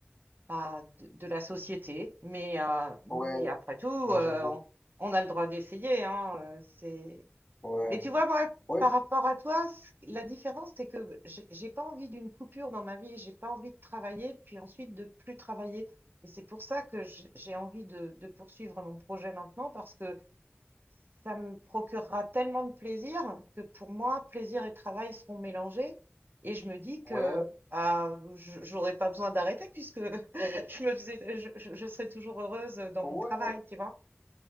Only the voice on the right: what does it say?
bah, de, de la société, mais euh, mais
après tout, euh,
on, on a le droit d'essayer, hein. euh, C'est
mais tu vois, moi,
par
rapport à toi, ce- la différence, c'est que j'ai j'ai pas envie d'une coupure dans ma vie, j'ai pas envie de travailler, puis ensuite de plus travailler. Et c'est pour ça que j- j'ai envie de, de poursuivre mon projet maintenant, parce que ça me procurera tellement de plaisir que pour moi, plaisir et travail seront mélangés. Et je me dis que
bah, je- j'aurais pas besoin d'arrêter puisque <laughs> je me faisais, je, je- je serais toujours heureuse dans
mon travail, tu vois.